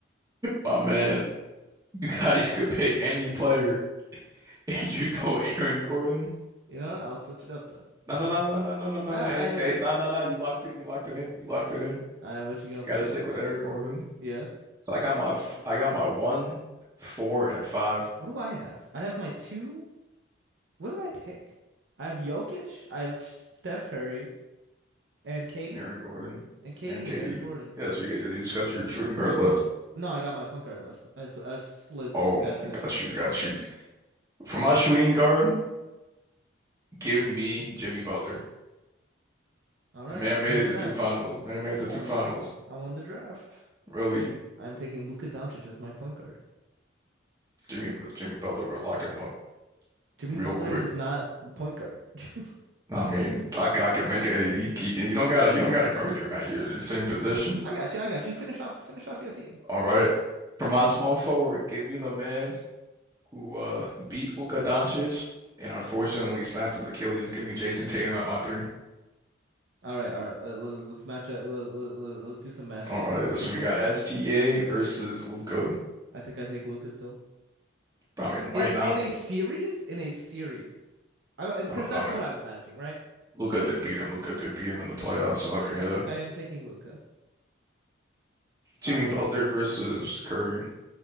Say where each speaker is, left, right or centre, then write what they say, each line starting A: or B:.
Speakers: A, on the right (about 15°); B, on the right (about 60°).
A: my man, <laughs> you got you could pick any player, <laughs> and you go Aaron Gordon.
B: You know what? I'll switch it up then.
A: No,
B: <laughs>
A: no, no, no, no, no, no, no,
B: I,
A: no. Hey, hey,
B: I,
A: no, no, no. You locked in. You locked it in. You locked it in.
B: I, what you gonna
A: You got
B: pick?
A: to stick with Eric Gordon.
B: Yeah.
A: So I got my, f- I got my one, four, and five.
B: What do I have? I have my two. What did I pick? I have Jokic, I have Steph Curry, and KD,
A: Aaron Gordon
B: and KD
A: and KD.
B: and Aaron Gordon.
A: Yeah, so you get, you just got your shooting guard left.
B: No, I got my point guard left. I, sl I slid
A: Oh,
B: Steph to the shooting
A: got
B: guard.
A: you, got you. For my shooting guard, give me Jimmy Butler.
B: All right,
A: The man
B: I won
A: made
B: the
A: it
B: draft.
A: to two finals. man made it to
B: Uh,
A: two finals.
B: I won the draft.
A: Really,
B: I'm taking Luka Doncic as my point guard.
A: Jimmy, Jimmy Butler will lock him up
B: Jimmy
A: real
B: Butler
A: quick.
B: is not point guard. <laughs>
A: I mean, I, I can make a. You, you don't gotta, you don't gotta guard your man. You're the same position.
B: I got you. I got you. Finish off. Finish off your team.
A: All right. For my small forward, give me the man who uh, beat Luka Doncic and unfortunately snapped his Achilles. Give me Jason Tatum at my three.
B: All right, all right. Let, let, let's match up. Let, let, let- let's do some matchups
A: All
B: here.
A: right.
B: Who's
A: So
B: your point
A: we got
B: guard?
A: SGA versus Luka.
B: I think I take Luka still.
A: I mean,
B: In
A: might not.
B: in a series, in a series, I because
A: I mean,
B: that's
A: I mean
B: what I'm imagining, right?
A: Luka
B: I think
A: did beat him. Luka did beat him in the playoffs. So like,
B: I,
A: yeah.
B: I think I am taking Luca.
A: Jimmy
B: Uh,
A: Butler versus Curry.